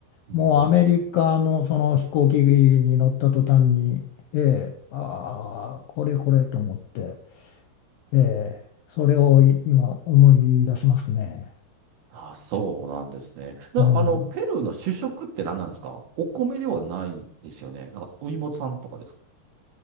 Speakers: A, on the right; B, on the left.
A: うん。
B: もうアメリカのその飛行機に乗った途端に、ええ、ああ、これこれと思って、ええ、それをい今思い出しますね。
A: あ、そうなんですね。な、
B: うん
A: あの、ペルーの主食って何なんですかお米ではないですよね。なんか、お芋さんとかですか